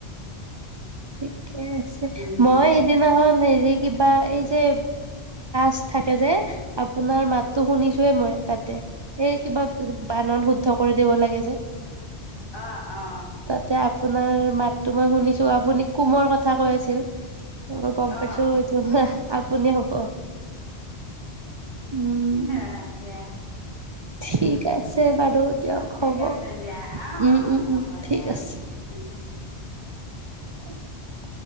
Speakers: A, on the right; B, on the left.
A: ঠিকে আছে
B: দিয়া
A: মই সদিনাখন হেৰি কিবা এই যে চ থাকে যে। আপোনাৰ মাতো শুনিছোয়ে মই তাতে এই কিবা বানন শুদ্ধ কৰি দিব লাগে যে
B: আহ অ
A: তাতে আপোনাৰ মাততটো মই শুনিছো আপুনি কুমৰ কথা কৈ আছিল। মই গম পাইছোতো
B: অ অ
A: আপুনি হব। উম
B: অ দে
A: ঠিক আছে বাৰু দিয়ক
B: ঠিক
A: হব উম
B: আছে দিয়া অ অ
A: উম
B: হ'ব
A: উম ঠিক
B: দিয়া
A: আছে
B: উম
A: উ